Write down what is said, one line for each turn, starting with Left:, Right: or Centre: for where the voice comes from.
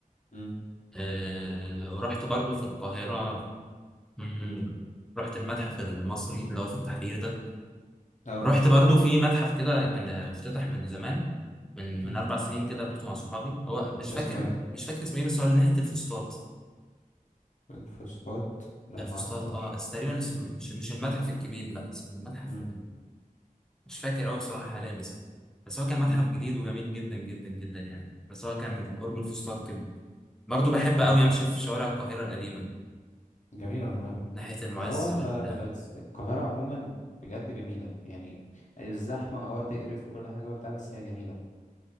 Left: مم.
Centre: آه. ورحت برضه في القاهرة مم.
Left: مم.
Centre: رحت المتحف المصري اللي هو في التحرير ده
Left: اه
Centre: رحت برضه في متحف كده كان افتتح من زمان من
Left: مم.
Centre: من اربع سنين كده رحت مع صحابي هو مش
Left: اسمه
Centre: فاكر
Left: إيه
Centre: مش فاكر اسمه ايه بس هو اللي ناحيه الفسطاط
Left: الفوسفات لا
Centre: الفسطاط
Left: ما اعرفهاش
Centre: اه بس تقريبا اسمه مش مش المتحف الكبير لا اسمه المتحف
Left: مم.
Centre: مش فاكر قوي بصراحه حاليا اسمه بس هو كان متحف
Left: مم.
Centre: جديد وجميل جدا جدا جدا يعني بس هو كان قرب الفسطاط كده برضه بحب
Left: طب
Centre: قوي امشي في شوارع القاهره القديمه
Left: جميل والله
Centre: ناحيه المعز
Left: ما هو
Centre: وال
Left: القاهرة عموما بجد جميلة يعني الزحمة اه تقرف كل حاجة وبتاع بس هي جميلة